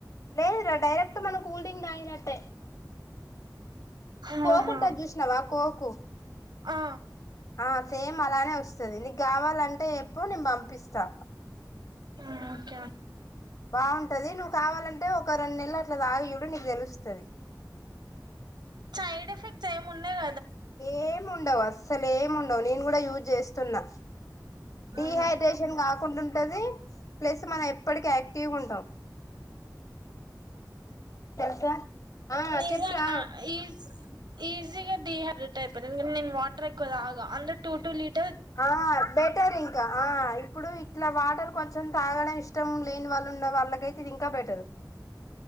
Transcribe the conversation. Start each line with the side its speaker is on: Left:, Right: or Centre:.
Left: లేదురా డైరెక్ట్ మనం కూల్ డ్రింక్ తాగినట్టే
Right: ఆహా
Left: కోకుంటది చూసినావా కోకు
Right: ఆ
Left: ఆ సేమ్ అలానే వస్తది నీకు కావాలంటే చెప్పు నేను పంపిస్తా
Right: ఇంకా
Left: బాగుంటది నువ్వు కావాలంటే ఒక రెండు నెల అట్ల తాగి చూడు నీకు తెలుస్తది
Right: సైడ్ ఎఫెక్ట్స్ ఏముండేగ
Left: ఏముండవు అస్సలేముండవు నేను కూడా యూజ్ చేస్తున్నా డిహైడ్రేషన్
Right: అవును
Left: కాకుండా ఉంటది ప్లస్ మనం ఎప్పటికి యాక్టివ్గా ఉంటాం తెలుసా ఆ
Right: నిజనా
Left: చెప్పురా
Right: ఈజ్ ఈజీగా డిహైడ్రేట్ అయిపోతుంది నేను వాటర్ ఎక్కువ తాగా అందరు టూ టూ లీటర్
Left: ఆ బెటర్ ఇంకా ఆ ఇప్పుడు ఇట్లా వాటర్ కొంచం తాగడం ఇష్టం లేని వా ఉన్న వాళ్ళకైతే ఇది ఇంకా బెటర్